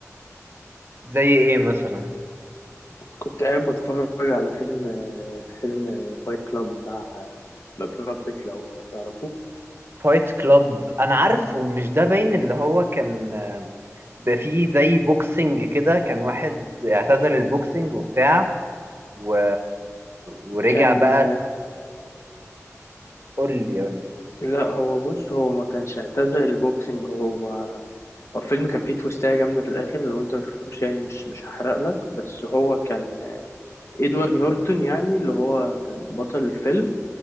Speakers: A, on the right; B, on the left.
A: زي ايه مثلا
B: كنت قاعد بتفرج على فيلم فيلم فايت كلاب بتاع براد بيت لو تعرفوه
A: فايت كلاب انا عارفه مش ده باين اللي هو كان آه، بقى فيه زي بوكسنج كده كان واحد اعتزل البوكسنج وبتاع و... ورجع
B: كان
A: بقى قول لي قول لي
B: لا هو بص هو ما كانش اعتزل البوكسنج هو هو الفيلم كان فيه تويستاية جامدة في الآخر لو أنت مشفتوش يعني مش مش هحرق لك بس هو كان إدوارد نورتون يعني اللي هو كان بطل الفيلم